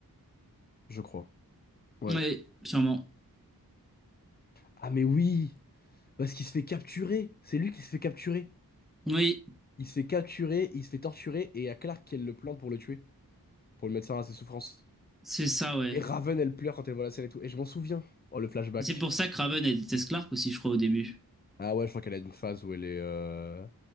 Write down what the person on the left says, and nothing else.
je crois. Ouais.
Ah, mais oui! Parce qu'il se fait capturer! C'est lui qui se fait capturer!
Il se fait capturer, il se fait torturer, et il y a Clark qui elle le plante pour le tuer, pour le mettre fin à ses souffrances.
Et Raven, elle pleure quand elle voit la scène et tout. Et je m'en souviens. Oh, le flashback.
Ah, ouais, je crois qu'elle a une phase où elle est. euh,